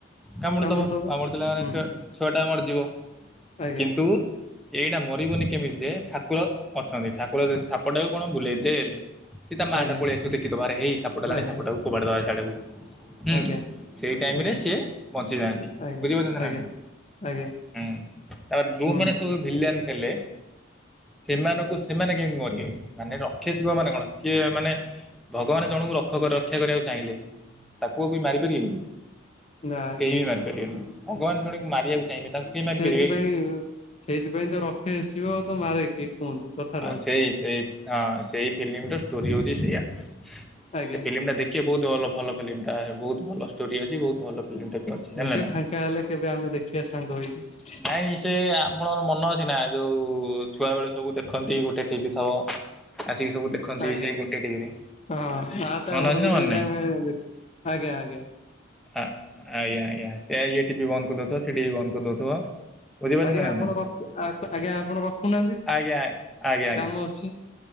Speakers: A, in the centre; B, on the left.
A: କାମୁଡ଼ିଦବ
B: କାମୁଡିଦବ
A: କାମୁଡ଼ି ଦେଲା ମାନେ
B: ହୁଁ
A: ଛୁ-ଛୁଆଟା ମରିଯିବ
B: ଆଜ୍ଞା
A: କିନ୍ତୁ ଏଇଟା ମରିବନି କେମିତି ଯେ ଠାକୁର ଅଛନ୍ତି ଠାକୁର ସାପଟାକୁ କଣ ବୁଲେଇ ଦେଲେ। କି ତା ମା
B: ଆଜ୍ଞା
A: ଟା ପଳେଇ ଆସିବ ଦେଖି ଦବ ଆରେ ହେଇ ସାପଟାଲାଣି
B: ଆଜ୍ଞା
A: ସାପଟାକୁ ଫୋପାଡିଦବା ସାଡକୁ ହୁଁ
B: ଆଜ୍ଞା
A: ସେଇ ଟାଇମରେ
B: ଆଜ୍ଞା
A: ସେ ବଞ୍ଚିଯାନ୍ତି
B: ଆଜ୍ଞା
A: ବୁଝିପାରୁଛନ୍ତି ନା
B: ଆଜ୍ଞା
A: ନାହିଁ
B: ଆଜ୍ଞା
A: ହୁଁ ତାପରେ ଯୋଉମାନେ
B: ହୁଁ
A: ସେ ଭିଲିଆନ ଥିଲେ ସେମାନଙ୍କୁ ସେମାନେ କେମିତି ମରିବେ ମାନେ ରକ୍ଷେ ଶିବ ମାନେ କଣ ସିଏ ମାନେ ଭଗବାନ ଜଣଙ୍କୁ ରକ୍ଷ ରକ୍ଷା କରିବାକୁ ଚାହିଁଲେ ତାକୁ ଆଉ କିଏ ମାରିପାରିବେ କି?
B: ନା ଆଜ୍ଞା
A: କେହି ବି ମାରି ପାରିବେନି ଭଗବାନ ଜଣଙ୍କୁ ମାରିବାକୁ ଚାହିଁବେ ତାକୁ କେହି ମାରିପାରିବେ
B: ସେଇଥିପାଇଁ
A: କି
B: ସେଇଥିପାଇଁ ତ ରକ୍ଷେ ଶିବ ତ ମାରେ କିଏ କୁହନ୍ତି କଥାର ଅଛି।
A: ସେଇ ହଁ, ସେଇ ଫିଲ୍ମର ଷ୍ଟୋରି ହଉଛି ସେଇୟା
B: ଆଜ୍ଞା
A: ସେ ଫିଲ୍ମ ଟା ଦେଖ ଟିକେ ବହୁତ ଭଲ-ଭଲ ଫିଲ୍ମଟା ବହୁତ ଭଲ ଷ୍ଟୋରି ଅଛି ବହୁତ ଭଲ <inaudible> ଟାଇପ୍ ର ଅଛି। ଜାଣିଲେ
B: ଦେଖିବା
A: ନା
B: ଫାଙ୍କା ହେଲେ କେବେ ଆମେ ଦେଖିବା ସାଙ୍ଗ ହେଇକି।
A: ନାଇଁ ସେ ଆପଣଙ୍କର ମନ ଅଛି ନା ଯୋଉ ଛୁଆ ବେଳେ ସବୁ ଦେଖନ୍ତି ଗୋଟେ ଟିଭି ଥବ। ଆସିକି ସବୁ ଦେଖନ୍ତି
B: ଆଜ୍ଞା,
A: ସେଇ ଗୋଟେ ଟିଭିରେ
B: ହଁ ଆ ତା
A: ମନେ
B: ଘରକୁ
A: ଅଛି ନା ମନେ
B: ଯାଇକି
A: ନାହିଁ?
B: ଆମେ ଦେଖୁ ଆଜ୍ଞା-ଆଜ୍ଞା।
A: ଆଜ୍ଞା-ଆଜ୍ଞା ଇଏ ଟିଭି ବନ୍ଦ କରିଦଉଥିବ ସିଏ ଟିଭି ବନ୍ଦ କରିଦଉଥିବ। ବୁଝିପାରୁଛନ୍ତି
B: ଆଜ୍ଞା
A: ନା
B: ଆପଣ
A: ନାଇଁ
B: ରଖୁ ଆଜ୍ଞା ଆପଣ ରଖୁନାହାନ୍ତି
A: ଆଜ୍ଞା ଆଜ୍ଞା ଆଜ୍ଞା।
B: କାମ ଅଛି।